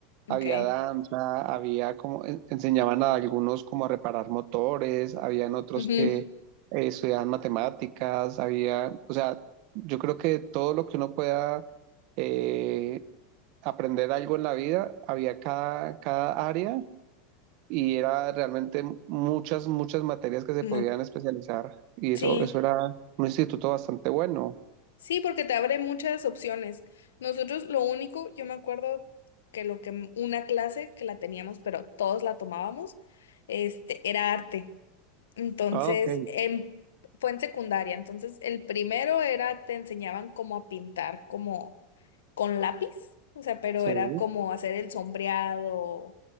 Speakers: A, on the left (about 85°); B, on the right (about 60°).
A: Ok.
B: Había danza, había como, en- enseñaban a algunos como a reparar motores, habían otros
A: Ujú.
B: que eh, estudiaban matemáticas, había, o sea, yo creo que todo lo que uno pueda eh, aprender algo en la vida, había cada, cada área y era realmente muchas, muchas materias que se podían
A: Ma-
B: especializar y
A: Sí.
B: eso, eso era un instituto bastante bueno.
A: Sí, porque te abre muchas opciones. Nosotros lo único, yo me acuerdo que lo que m- una clase que la teníamos, pero todos la tomábamos, este, era arte. Entonces,
B: Ah, ok,
A: em- fue en secundaria. Entonces, el primero era, te enseñaban cómo a pintar, como con lápiz. O sea, pero
B: sí,
A: era como hacer el sombreado